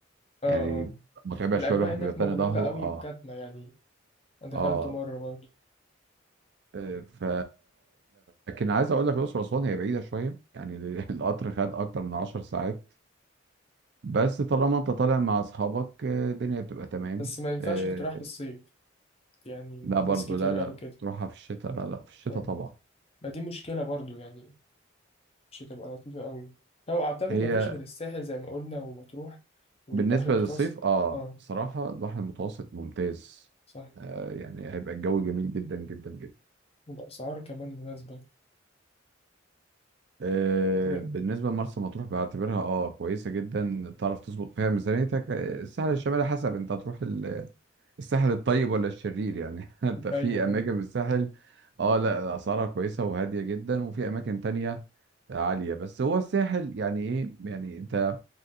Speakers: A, on the left; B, on the right.
A: اه
B: يعني
A: اه
B: متعبة
A: الأجواء
B: شوية الواحد
A: هناك
B: بيبقى تاني
A: مغلقة
B: ظهره
A: قوي
B: اه
A: وكاتمة يعني أنا دخلته
B: اه
A: مرة برضه
B: آه، ف لكن عايز اقول لك الاقصر واسوان هي بعيده شويه يعني <laughs> القطر خد اكتر من 10 ساعات بس طالما انت طالع مع اصحابك آه، الدنيا بتبقى تمام
A: بس ما ينفعش
B: آه،
A: تروح في الصيف يعني
B: لا برضو
A: ناس كتير
B: لا لا
A: قالوا كده
B: تروحها في الشتاء لا لا في الشتاء
A: اه
B: طبعا
A: ما دي مشكلة برضه يعني مش هتبقى لطيفة قوي لو أعتقد
B: هي
A: ما فيش غير الساحل زي ما قلنا ومطروح والبحر
B: بالنسبه
A: المتوسط
B: للصيف اه
A: اه
B: بصراحه البحر المتوسط ممتاز
A: صح
B: آه، يعني هيبقى الجو جميل جدا جدا جدا
A: وبأسعار كمان مناسبة
B: آه،
A: تبقى
B: بالنسبة لمرسى مطروح بعتبرها اه كويسة جدا تعرف تظبط فيها ميزانيتك آه، الساحل الشمالي حسب انت هتروح ال- الساحل الطيب ولا الشرير يعني <laughs> انت في
A: أيوة
B: اماكن
A: أيوة
B: في الساحل اه لا اسعارها كويسة وهادية جدا وفي اماكن تانية عالية بس هو الساحل يعني ايه يعني انت